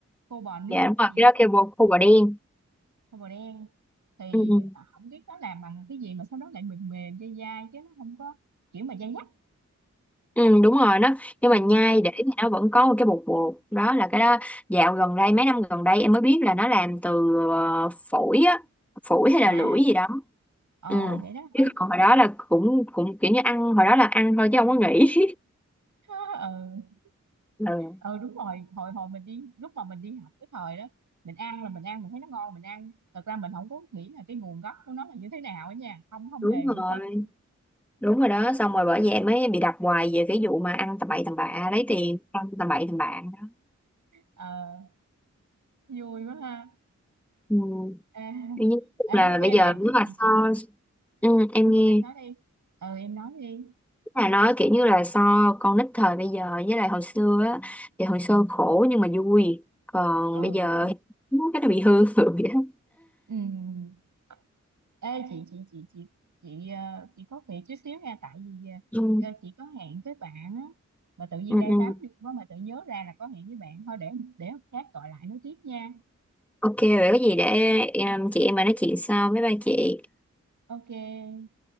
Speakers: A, on the right (about 85°); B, in the centre.
A: khô bò nước
B: dạ đúng rồi
A: gì
B: cái
A: đó
B: đó kêu bò- khô bò đen
A: khô bò đen thì
B: ừ, ừ.
A: à, không biết nó làm bằng cái gì mà sao nó lại mềm mềm dai dai chứ nó không có kiểu mà dai dắt
B: Ừ, đúng rồi nó nhưng
A: ừ.
B: mà nhai để thì nó vẫn có một cái bột bột đó là cái đó dạo gần đây mấy năm gần đây em mới biết là nó làm từ ờ, phổi á phổi hay
A: hả
B: là lưỡi gì đó
A: ờ
B: ừ.
A: vậy đó hả
B: chứ còn hồi đó là cũng cũng kiểu như ăn hồi đó là ăn thôi chứ không có nghĩ
A: <laughs> ừ
B: <laughs> ừ.
A: ừ đúng rồi hồi hồi mình đi lúc mà mình đi học cái thời đó mình ăn là mình ăn mình thấy nó ngon mình ăn thật ra mình không có nghĩ là cái nguồn gốc của nó là như thế nào á nha không không
B: đúng
A: hề nghĩ
B: rồi
A: tới luôn
B: đúng rồi đó xong rồi bởi vậy em mới bị đặt hoài về cái vụ mà ăn tầm bậy tầm bạ lấy tiền ăn tầm bậy tầm bạ đó
A: ờ vui quá ha
B: ừ.
A: à,
B: Tuy
A: <laughs>
B: nhiên là
A: ê nói nghe
B: bây giờ
A: nè
B: nếu
A: chị
B: mà
A: chị chị
B: so ừ, em nghe
A: em nói đi ừ em nói đi
B: là nói kiểu như là so con nít thời bây giờ với lại hồi xưa á thì hồi xưa khổ nhưng mà vui còn
A: ừ
B: bây giờ thì cái nó bị hư <laughs> vậy đó.
A: Ừm. ê chị chị chị chị chị ờ, chị có việc chút xíu nha tại vì ờ,
B: ừ,
A: cơ chị có hẹn với bạn á mà tự nhiên
B: ừ,
A: đang
B: ừ.
A: tám vui quá mà tự nhớ ra là có hẹn với bạn thôi để để hôm khác gọi lại nói tiếp nha
B: ok vậy có gì để em, chị em mà nói chuyện sau với ba chị
A: Ok,